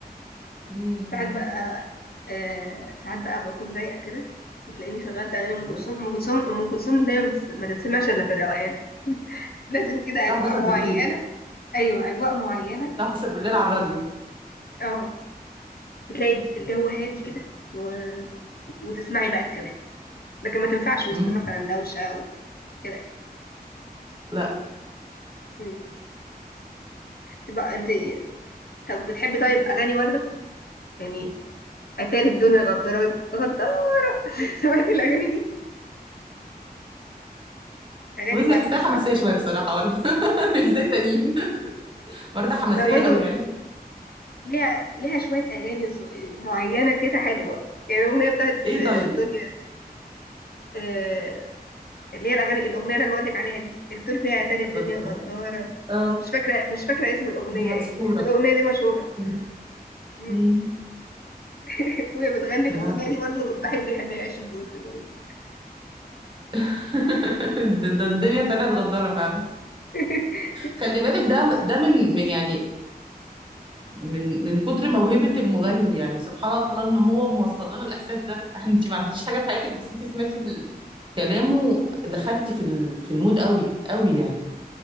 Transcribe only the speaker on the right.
امم
ايوه
الساعه
11
بالليل
الساعه 11 بالليل على الراديو
امم
لا
بصي
الساعه
حماسيه شويه بصراحه برضه <laughs> مش زي تانيين برضه حماسيه
قوي يعني
ايه
طيب
اتفضل.
اه
دي مشهوره
مم.
مم.
لا
<laughs> ده, ده الدنيا طلعت غداره فعلا
خلي بالك ده ده من من- يعني من من كتر موهبة المغني يعني سبحان الله ان هو موصل لنا الاحساس ده احنا انت ما عملتيش حاجة في حياتك بس انت سمعتي ال- كلامه دخلتي في ال- في المود قوي قوي يعني